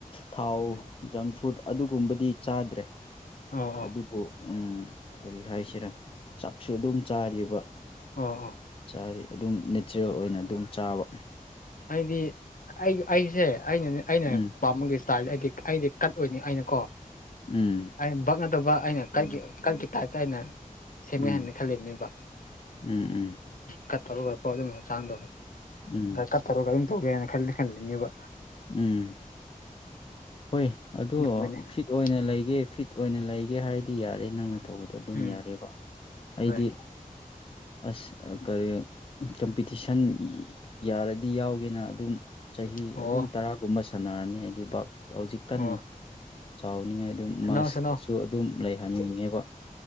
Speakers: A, on the left; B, on the left.
A: ꯊꯥꯎ
B: ꯎꯝ
A: ꯖꯪ ꯐꯨꯗ ꯑꯗꯨꯒꯨꯝꯕꯗꯤ ꯆꯥꯗ꯭ꯔꯦ
B: ꯑꯣ ꯑꯣ
A: ꯑꯗꯨꯕꯨ ꯎꯝ ꯀꯔꯤ ꯍꯥꯏꯁꯤꯔꯥ ꯆꯥꯛꯁꯨ ꯑꯗꯨꯝ ꯆꯥꯔꯤꯕ
B: ꯑꯥ ꯑꯥ
A: ꯆꯥꯔꯦ ꯑꯗꯨꯝ ꯃꯦꯆꯤꯑꯣꯔ ꯑꯣꯏꯅ ꯑꯗꯨꯝ ꯆꯥꯕ
B: ꯍꯥꯏꯗꯤ ꯑꯩ ꯑꯩꯁꯦ ꯑꯩꯅ ꯑꯩꯅ
A: ꯎꯝ
B: ꯄꯥꯃꯨꯡꯒꯤ ꯏꯁꯇꯥꯏꯜꯁ ꯑꯩꯗꯤ ꯑꯩꯗꯤ ꯀꯠ ꯑꯣꯏꯅꯤ ꯑꯩꯅ ꯀꯣ
A: ꯎꯝ
B: ꯑꯩꯅ ꯕꯛꯅꯗꯕ ꯑꯩꯅ ꯀ ꯀꯒꯤ ꯇꯥꯏꯞꯇ ꯑꯩꯅ ꯁꯦꯝꯃꯦ
A: ꯎꯝ
B: ꯍꯥꯏꯅ ꯈꯜꯂꯤꯝꯅꯤꯕ
A: ꯎꯝ ꯎꯝ
B: ꯀꯠ ꯇꯧꯔꯒꯀꯣ ꯑꯗꯨꯝꯕ ꯍꯛꯆꯥꯡꯗꯣ
A: ꯎꯝ
B: ꯀꯠ ꯇꯧꯔꯒ ꯑꯗꯨꯝ ꯇꯧꯒꯦ ꯍꯥꯏꯅ ꯈ ꯈꯟꯜꯂꯤꯅꯦꯕ
A: ꯎꯝ ꯍꯣꯏ ꯑꯣ
B: ꯑꯗꯨꯒꯅꯦ
A: ꯐꯤꯠ ꯑꯣꯏꯅ
B: ꯎꯝ
A: ꯂꯩꯒꯦ ꯐꯤꯠ ꯑꯣꯏꯅ ꯂꯩꯒꯦ ꯍꯥꯏꯔꯗꯤ ꯌꯥꯔꯦ ꯅꯪꯅ ꯇꯧꯕꯗꯣ ꯑꯗꯨꯝ
B: ꯎꯝ
A: ꯌꯥꯔꯦꯕ ꯑꯩꯗꯤ
B: ꯍꯣꯏ
A: ꯑꯁ ꯀꯔꯤ ꯀꯝꯄꯤꯇꯤꯁꯟ ꯌꯥꯔꯗꯤ ꯌꯥꯎꯒꯦꯅ ꯑꯗꯨꯝ ꯆꯍꯤ ꯑꯗꯨꯝ
B: ꯑꯣ
A: ꯇꯔꯥꯒꯨꯝꯕ ꯁꯥꯟꯅꯔꯅꯤ ꯍꯥꯏꯗꯤ ꯕꯥ ꯍꯧꯖꯤꯛ ꯀꯟꯅ
B: ꯑꯣ
A: ꯆꯥꯎꯅꯤꯡꯉꯥꯏ ꯑꯗꯨꯝ
B: ꯁꯥꯟꯅꯧ
A: ꯃꯁꯇꯁꯨ
B: ꯁꯥꯟꯅꯧ
A: ꯑꯗꯨꯝ ꯂꯩꯍꯟꯅꯤꯡꯉꯦꯕ